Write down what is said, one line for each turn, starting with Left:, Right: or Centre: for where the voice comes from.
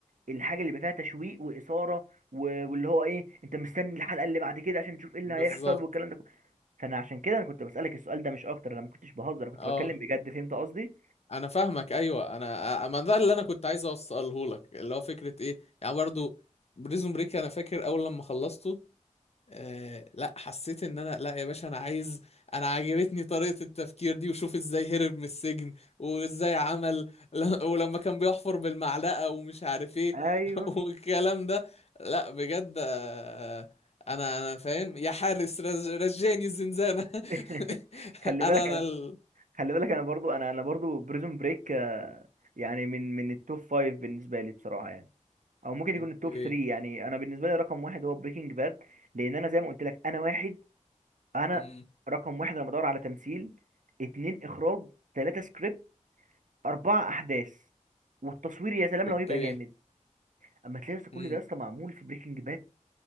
Right: الحاجه اللي بيبقى فيها تشويق واثاره و- واللي هو ايه انت مستني الحلقه اللي بعد كده عشان تشوف ايه اللي
Left: بالظبط
Right: هيحصل والكلام ده كله فانا عشان كده انا كنت بسالك السؤال ده مش اكتر انا ما كنتش بهزر انا كنت
Left: أه
Right: بتكلم بجد فهمت قصدي
Left: انا فاهمك ايوه انا أ- ما ده اللي انا كنت عايز اوصله لك اللي هو فكره ايه يعني برضو بريزون بريك انا فاكر اول لما خلصته آه لا حسيت ان انا لا يا باشا انا عايز انا عجبتني طريقه التفكير دي وشوف ازاي هرب من السجن وازاي عمل <laughs> ل- ولما كان بيحفر بالمعلقه ومش عارف ايه
Right: ايوه
Left: <laughs> والكلام ده لا بجد آه انا انا فاهم يا حارس رج- رجعني الزنزانه
Right: <laughs>
Left: <laughs>
Right: خلي
Left: انا
Right: بالك
Left: انا
Right: انا
Left: ال...
Right: خلي بالك انا برضو انا انا برضو بريزون بريك يعني من من التوب فايف بالنسبه لي بصراحه يعني او ممكن يكون
Left: اوكي
Right: التوب 3 يعني انا بالنسبه لي رقم واحد هو بريكنج باد لان انا زي ما قلت لك انا واحد انا
Left: امم
Right: رقم واحد لما بدور على تمثيل اتنين اخراج تلاته سكريبت اربعه احداث والتصوير يا سلام
Left: اوكي
Right: لو يبقى جامد اما تلاقي لسه كل
Left: امم
Right: ده لسه معمول في بريكنج باد